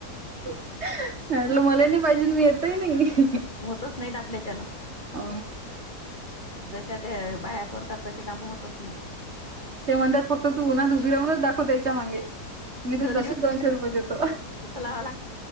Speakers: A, on the right (about 45°); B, on the left (about 30°).
A: म्हटलं मला नाही पाहिजे मी येतय नाही
B: होतच नाहीत आपल्याच्यानं
A: अ
B: जशा त्या बाया्या करतात तसे काम होतच नाहीत
A: ते म्हणतात फक्त तू उन्हात उभी राहूनच दाखव त्याच्या मागे मी तुला
B: दोन
A: तसेच
B: दिवस
A: दोनशे रुपये देतो
B: लावा